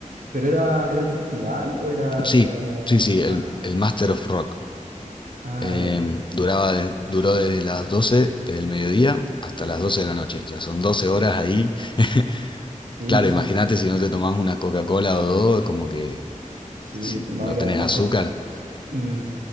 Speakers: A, on the right; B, on the left.
A: ¿Pero era, era un festival o era
B: Sí,
A: como...
B: sí, sí, el,
A: Ah, ya.
B: el Master of Rock.
A: Ah,
B: Em,
A: ya.
B: duraba, de- duró desde las 12 del mediodía hasta las 12 de la noche. O sea, son 12 horas ahí. <laughs>
A: Sí,
B: Claro,
A: sí,
B: imagínate si no te tomás una Coca-Cola o dos, como que
A: sí.
B: si
A: No,
B: no
A: y
B: tenés
A: además
B: azúcar.
A: con... mm,